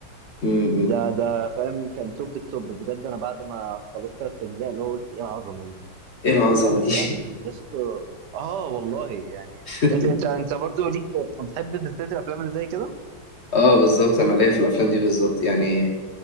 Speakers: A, on the left; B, on the right.
A: م-
B: ده
A: م.
B: ده فاهم كان توب التوب بجد انا بعد ما خلصت ثلاث اجزاء اللي هو قلت ايه العظمه دي
A: ايه العظمه
B: بجد
A: دي
B: يعني يسطا اه والله يعني
A: <laughs>
B: انت انت انت برضو ليك بتحب سلسله الافلام اللي زي كده
A: اه بالظبط انا ليا في الافلام دي بالظبط يعني